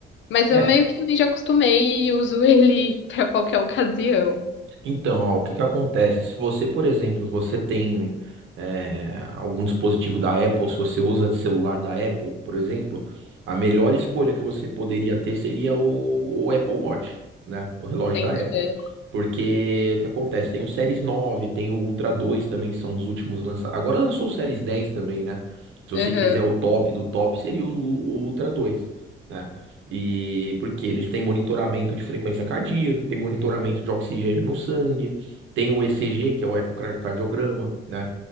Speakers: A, on the left; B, on the right.
A: Mas
B: É,
A: eu meio que também já acostumei e uso ele <laughs> pra qualquer ocasião.
B: Então, ó, o que que acontece? Se você, por exemplo, se você tem é, algum dispositivo da Apple, se você usa de celular da Apple, por exemplo, a melhor escolha que você poderia ter seria o, o Apple Watch, né? O relógio
A: Entendi.
B: da Apple. Porque o que acontece? Tem o Series 9, tem o Ultra 2 também, que são os últimos lançados. Agora lançou o Series 10 também, né? Se você
A: Aham.
B: quiser o top do top, seria o, o Ultra 2. né? E porque eles têm monitoramento de frequência cardíaca, tem monitoramento de oxigênio no sangue, tem o ECG, que é o ecocardiograma, né?